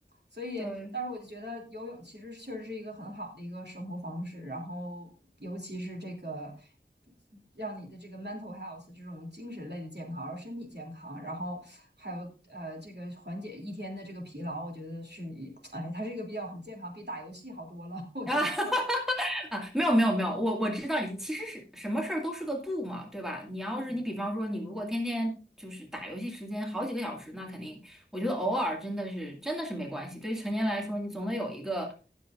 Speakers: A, on the right (about 65°); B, in the centre.
A: 所以但是我就觉得游泳其实确实是一个很好的一个生活方式，
B: 对。
A: 然后尤其是这个让你的这个 mental health 这种精神类的健康，然后身体健康，然后还有呃这个缓解一天的这个疲劳，我觉得是哎，它是一个比较很健康，比打游戏好多了，我觉得。
B: 啊 <laughs> 啊，没有没有没有，我我知道你，其实是什么事儿都是个度嘛，对吧？你要是你比方说你如果天天就是打游戏时间好几个小时，
A: 嗯，
B: 那肯定，我觉得偶尔真的是真的是没关系。对于成年来说，你总得有一个